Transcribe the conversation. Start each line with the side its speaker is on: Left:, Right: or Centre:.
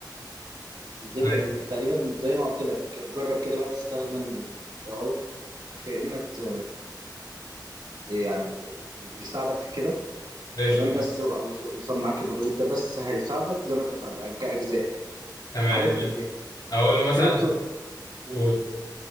Right: ازاي
Left: أنا-
Right: بقى تقريبا زي ما قلت لك جرب كده بقى تستخدم ال AI في انك ت- إيه يعني ت- يساعدك في كده
Left: قشطه
Right: تمام بس او يص- ويصمم معاك البروجكت ده بس هيساعدك زي ما اتفقنا كاجزاء
Left: تمام
Right: عارف يعني
Left: اقول له مثلا
Right: في نقطه قول
Left: قول